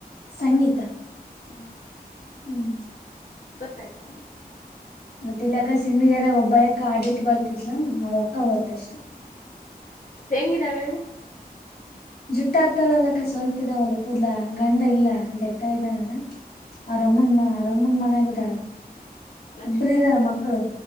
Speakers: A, on the left (about 80°); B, on the left (about 55°).
A: ಸಂಗೀತಾ
B: ಹುಂ
A: ಹುಂ
B: ಗೊತ್ತ ಅಕ್ಕಾ
A: ಮತ್ತ ಇಲ್ಲ ಅಕ್ಕ ಸಿಂದಿಗಾರ ಒಬ್ಬ ಅಕ್ಕ ಆಡಿಟ್ ಬರ್ತಿತ್ಲ ಅವ ಅಕ್ಕ ಹೋತ ಅಷ್ಟೆ
B: ಹೆೇಂಗಿದ್ದಾಳ ಹೇಳು
A: ಜುಟ್ಟ ಹಾಕತಾಳಲ್ಲಕ್ಕ ಸ್ವಲ್ಪ ಇದಾವಲ್ಲಾ ಕೂದಲಾ ಗಂಡ ಇಲ್ಲ ಡೆತ್ತ ಇದ್ದಾ ನನ ಅರಮ್ಮನ್
B: ಹ್ಮ್
A: ರಮ್ಮನ್ ಮನಾಗಿದ್ದಾಳ
B: ಲಕ್ಷ್ಮಿ
A: ಇಬ್ಬರು ಇದ್ದಾರ
B: ಅಕ್ಕ
A: ಮಕ್ಕಳು